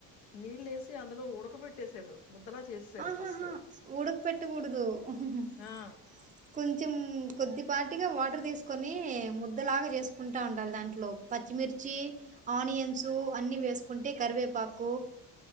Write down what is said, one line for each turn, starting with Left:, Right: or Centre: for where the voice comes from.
Left: నీళ్ళు వేసి టి అందులో ఉడకబట్టేశారు ముద్దలా చేసేసారు
Right: ఆహాహా!
Left: ఫస్ట్
Right: ఉడకపెట్టకూడదు.
Left: ఆ
Right: కొంచెం కొద్దిపాటిగా వాటర్ తీసుకొని ముద్దలాగా చేసుకుంటా ఉండాలి దాంట్లో పచ్చిమిర్చి ఆనియన్స్ అన్ని వేసుకుంటే కరివేపాకు